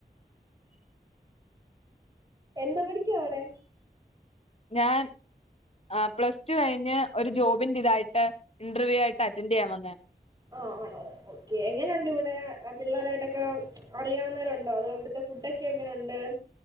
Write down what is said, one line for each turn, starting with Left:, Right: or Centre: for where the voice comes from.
Right: എന്ത പഠിക്യാ അവിടെ
Left: ഞാൻ അഹ് പ്ലസ് ടു കഴിഞ്ഞ് ഒരു ജോബിന്റിതായിട്ട് ഇന്റർവ്യൂ ആയിട്ട് അറ്റന്റെയ്യാൻ വന്നെയ
Right: ആണോ ഓക്കെ എങ്ങനെയുണ്ട് വിടെ പിള്ളേരായിട്ടൊക്കെ അറിയാവുന്നവരുണ്ടോ അതോ ഇവിടുത്തെ ഫുഡൊക്കെ എങ്ങനൊണ്ട്?